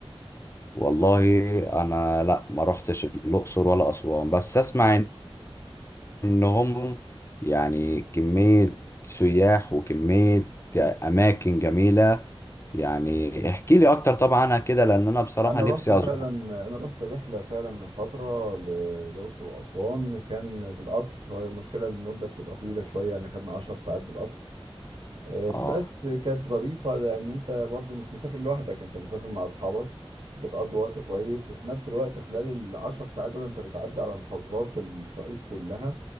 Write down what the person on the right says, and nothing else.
أنا
رحت فعلا
أنا رحت الرحلة فعلا من فترة ل- للأقصر وأسوان كان بالقطر هو المشكلة المدة بتبقى طويلة شوية يعني خدنا 10 ساعات بالقطر آه،
بس كانت ظريفة لأن أنت برضو مش مسافر لوحدك أنت مسافر مع أصحابك بتقضي وقت كويس وفي نفس الوقت خلال العشر ساعات دول أنت بتعدي على محافظات الصعيد كلها